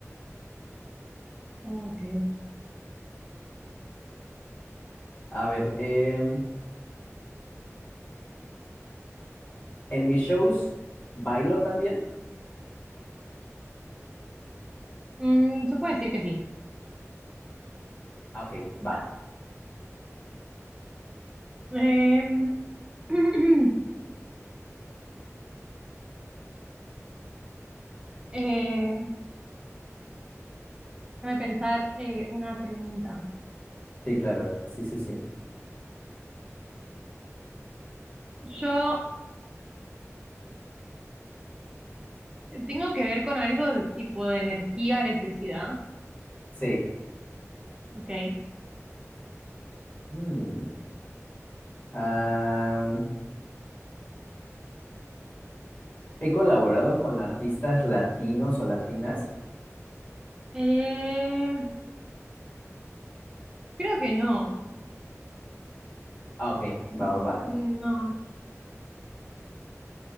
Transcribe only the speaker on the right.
Ok.
Mm, se puede decir que sí.
Em, <clears throat> eh, déjame pensar eh, una pregunta.
Yo tengo que ver con algo de tipo de energía, electricidad.
Ok.
Eh, creo que no.
No.